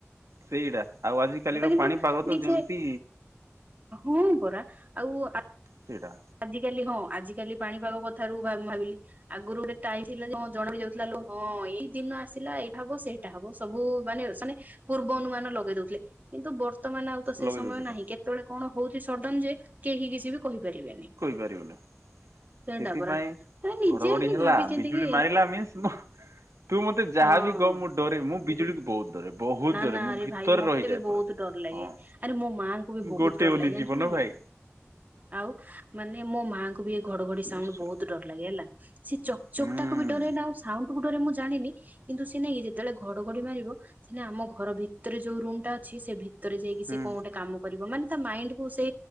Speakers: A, on the right; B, on the right.
A: ସେଇଟା ଆଉ ଆଜିକାଲିର
B: ମୁଁ କହିଲି
A: ପାଣିପାଗ
B: ତ ନିଜେ
A: ଯେମିତି
B: ହଁ ପରା ଆଉ ଆ
A: ସେଇଟା
B: ଆଜ କାଲି ହଁ ଆଜିିକାଲି ପାଣିପାଗ କଥାରୁ ଭା ମୁଁ ଭାବିଲି। ଆଗରୁ ଗୋଟେ ଟାଇମ ଥିଲା ଜେ ହଁ ଜଣାପଡ଼ି ଯାଉଥିଲା ଲୋ ହଁ ଏଇ ଦିନ ଆସିଲା ଏଇ ଭାଗ ସେଇ ଏଟା ହବ ସବୁ ମାନେ ମାନେ ପୂର୍ବ ଅନୁମାନ ଲଗେଇ ଦଉଥିଲେ। କିନ୍ତୁ ବର୍ତ୍ତମାନ ଆଉ ତ ସେ
A: ଲଗେଇ
B: ସମୟ
A: ଦଉଥିଲା
B: ନାହିଁ କେତେବେଳେ କଣ ହଉଛି ସଡନ ଜେ କେହି କିଛି ବି କହିପାରିବେନି।
A: ପାରିବୁନି
B: ସେଇଟା
A: ସେଥିପାଇଁ
B: ପରା ତ ନିଜେ
A: ଘଡଘଡି
B: ହିଁ
A: ହେଲା
B: ଭାବିଚିନ୍ତି
A: ବିଜୁଳି
B: କି
A: ମାରିଲା ମିନସ ମୁଁ ତୁ ମତେ ଯାହାବି
B: ହଁ
A: କହ ମୁଁ ଡରେ ମୁଁ ବିଜୁଳିକୁ ବହୁତ ଡରେ। ବହୁତ
B: ନା
A: ଡରେ
B: ନା
A: ମୁଁ
B: ଆରେ
A: ଭିତରେ
B: ଭାଇ ମତେ
A: ରହିଯାଏ
B: ବି ବହୁତ
A: ପୁରା।
B: ଡର ଲାଗେ
A: ହଁ
B: ଆରେ ମୋ ମାଆଙ୍କୁ ବି ବହୁତ
A: ଗୋଟେ
B: ଡର
A: ବୋଲି
B: ଲାଗେ
A: ଜୀବନ
B: ଜାଣିଛୁ ନା
A: ଭାଇ
B: ନାଇଁ? ଆଉ ମାନେ ମୋ ମାଆଙ୍କୁ ବି ଏ ଘଡଘଡି ସାଉଣ୍ଡ
A: ନିଶ୍ଚୟ
B: ବହୁତ ଡର ଲାଗେ ହେଲା ସେ ଚକଚକ
A: ହୁଁ।
B: ଟା କୁ ଡ଼ରେ ନା ଆଉ ସାଉଣ୍ଡ କୁ ଡରେ ରେ ମୁଁ ଜାଣିନି କିନ୍ତୁ ସେ ନାଇଁ ଯେତେବେଳେ ଘଡଘଡି ମାରିବ ସେ ଆମ ଘର ଭିତରେ ଯୋଉ ରୁମଟା ଅଛି ସେ ଭିତରେ ଯାଇକି
A: ହୁଁ
B: ସେ କଣ ଗୋଟେ କାମ କରିବ ମନେ ତା ମାଇଣ୍ଡକୁ ସେ